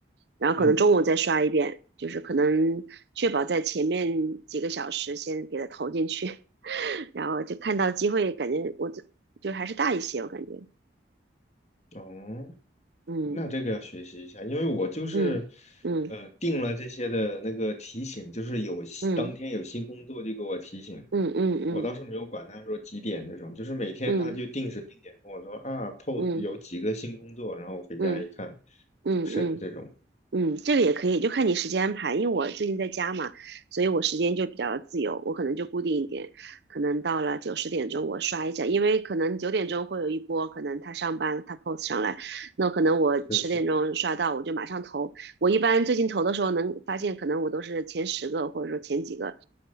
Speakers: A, on the right; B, on the left.
A: 然后可能中午再刷一遍，
B: 嗯嗯，
A: 就是可能确保在前面几个小时先给它投进去，<laughs> 然后就看到机会，感觉我就就还是大一些，我感觉，
B: 哦，
A: 嗯
B: 那这个要学习一下，因为我就是，
A: 嗯嗯
B: 呃，定了这些的那个提醒，就是有新当天有新工作就给我提醒，
A: 嗯嗯嗯嗯
B: 我倒是没有管他说几点那种，就是每天他就定时定点跟我说啊
A: 嗯
B: p O
A: 嗯嗯嗯
B: 有几个新工作，然后我回家一看，
A: 嗯嗯。
B: 就剩这种，
A: 嗯嗯嗯嗯嗯，这个也可以，就看你时间安排。因为我最近在家嘛，所以我时间就比较自由，我可能就固定一点，可能到了九十点钟我刷一下，因为可能九点钟会有一波，可能他上班他 post 上来，那可能我十点钟刷到，
B: 是是，
A: 我就马上投。我一般最近投的时候能发现，可能我都是前十个或者说前几个，